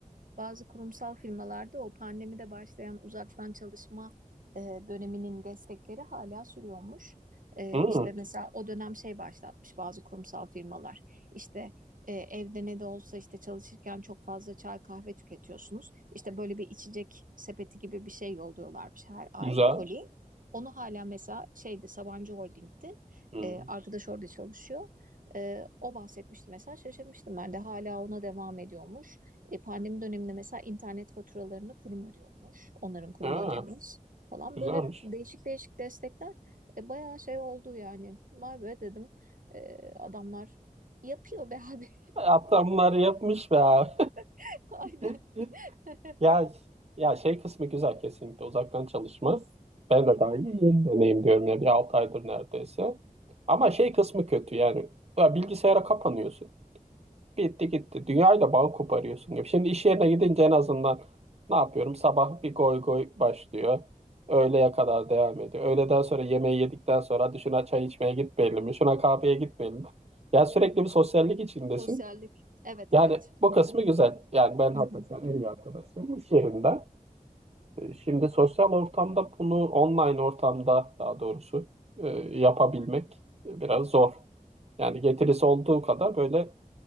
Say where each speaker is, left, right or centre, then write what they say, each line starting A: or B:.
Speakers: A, on the right; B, on the right.
A: Bazı kurumsal firmalarda o pandemide başlayan uzaktan çalışma e, döneminin destekleri hala sürüyormuş. E,
B: Hmm,
A: işte mesela o dönem şey başlatmış bazı kurumsal firmalar. İşte e, evde ne de olsa işte çalışırken çok fazla çay kahve tüketiyorsunuz. İşte böyle bir içecek sepeti gibi bir şey yolluyorlarmış her ay
B: güzel.
A: koli. Onu hala mesela şeydi Sabancı Holding'ti.
B: Hmm.
A: E, arkadaş orada çalışıyor. E, o bahsetmişti mesela şaşırmıştım ben de hala ona devam ediyormuş. E, pandemi döneminde mesela internet faturalarını kurum ödüyormuş. Onların kurumu
B: Ha,
A: ödemiş falan.
B: güzelmiş.
A: Böyle değişik değişik destekler e, bayağı şey oldu yani. Vay be dedim. E, adamlar yapıyor be abi.
B: Hatta bunları yapmış be abi.
A: <laughs> Aynen.
B: <laughs>
A: <laughs>
B: Ya, ya şey kısmı güzel kesinlikle uzaktan çalışma. Ben de daha yeni yeni deneyim diyorum ya bir 6 aydır neredeyse. Ama
A: Hı hı.
B: şey kısmı kötü yani. Ya bilgisayara kapanıyorsun. Bitti gitti. Dünyayla bağ koparıyorsun gibi. Şimdi iş yerine gidince en azından ne yapıyorum? Sabah bir goy goy başlıyor. Öğleye kadar devam ediyor. Öğleden sonra yemeği yedikten sonra hadi şuna çay içmeye gitmeyelim mi? Şuna kahveye gitmeyelim mi? Ya sürekli bir sosyallik içindesin.
A: Sosyallik. Evet
B: Yani
A: evet.
B: bu kısmı
A: E,
B: güzel. Yani ben
A: hı
B: hatta şu an en iyi arkadaşlarım iş yerinde. E, Şimdi sosyal ortamda bunu online ortamda daha doğrusu e, yapabilmek biraz zor. Yani getirisi olduğu kadar böyle